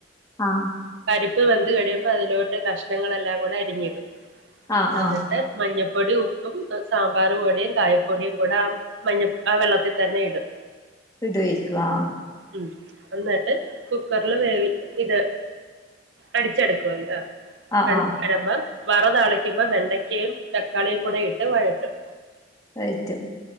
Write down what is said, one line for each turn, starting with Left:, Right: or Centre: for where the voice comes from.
Left: ആഹ്
Right: പരിപ്പ് വെന്ത് കഴിയുമ്പോ അതിലോട്ട് കഷ്ണങ്ങളെല്ലാം കൂടെ അരിഞ്ഞിടും
Left: ആഹ്
Right: എന്നിട്ട്
Left: ആഹ്
Right: മഞ്ഞപ്പൊടീം ഉപ്പും സാമ്പാർ പൊടിയും കായപ്പൊടിയും കൂടെ മഞ്ഞ ആ വെള്ളത്തിൽ തന്നെ ഇടും
Left: ഇടുവായിരിക്കും ആഹ്
Right: ഉം എന്നിട്ട് കുക്കറില് വേവി ഇത് അടിച്ചെടുക്കുവല്ലോ
Left: ആഹ്
Right: അടിച്ചു
Left: ആഹ്
Right: വാരുമ്പം വറ താളിക്കുമ്പോ വെണ്ടക്കയും തക്കാളിയും കൂടെ ഇട്ട് വഴട്ടും
Left: വയറ്റും